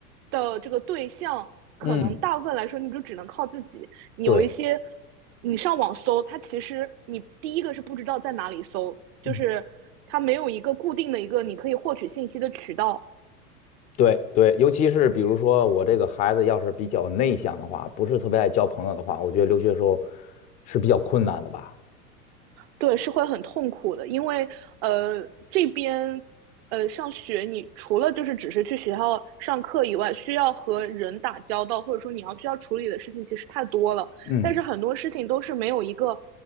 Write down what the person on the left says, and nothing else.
嗯，
对。
嗯对对，尤其是比如说我这个孩子要是比较内向的话，不是特别爱交朋友的话，我觉得留学时候是比较困难的吧。
嗯